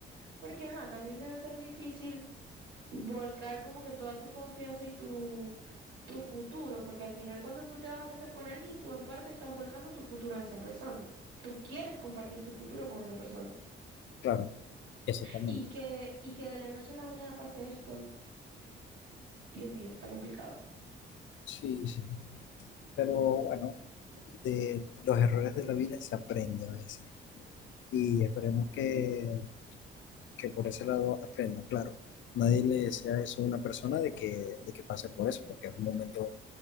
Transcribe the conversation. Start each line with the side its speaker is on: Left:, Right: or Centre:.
Right: porque ajá, también debe ser difícil volcar como que toda tu confianza y tu, tu futuro, porque al final cuando tú te vas a casar con alguien, tú en parte estás volcando tu futuro en esa persona. Tú quieres compartir tu futuro con esa persona.
Left: claro, exactamente.
Right: Y que, y que de la noche a la mañana pase esto, Dios mío, está complicado.
Left: Sí, sí. Pero bueno, de los errores de la vida se aprende a veces. Y esperemos que, que por ese lado aprenda. Claro, nadie le desea eso a una persona de que, de que pase por eso, porque es un momento